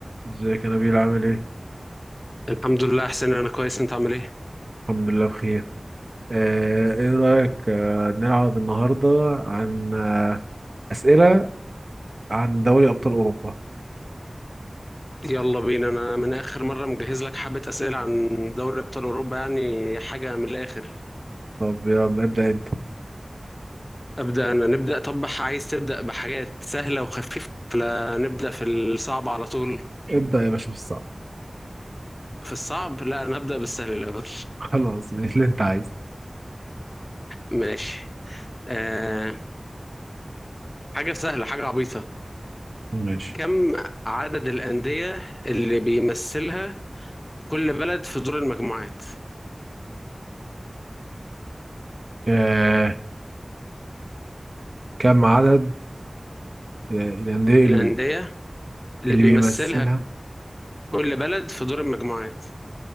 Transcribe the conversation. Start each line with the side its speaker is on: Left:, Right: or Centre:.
Right: ازيك يا نبيل عامل ايه؟
Left: الحمد لله احسن انا كويس انت عامل ايه
Right: الحمد لله بخير آه ايه رأيك آه نلعب النهاردة عن آه أسئلة عن دوري أبطال أوروبا
Left: يلا بينا انا من اخر مره مجهز لك حبه اسئله عن دوري ابطال اوروبا يعني حاجه من الاخر
Right: طب يلا ابدأ انت
Left: ابدا انا نبدا طب عايز تبدا بحاجات سهله وخفيفه ولا نبدا في الصعب على طول
Right: ابدأ يا باشا في الصعب
Left: في الصعب لا انا هبدا بالسهل الاول
Right: <laughs> خلاص اللي انت عايزه
Left: ماشي آه حاجه سهله حاجه عبيطه
Right: ماشي
Left: كم عدد الانديه اللي بيمثلها كل بلد في دور المجموعات
Right: آه كم عدد آه، الأندية اللي
Left: الانديه
Right: بي...
Left: اللي
Right: اللي
Left: بيمثلها
Right: بيمثلها
Left: كل بلد في دور المجموعات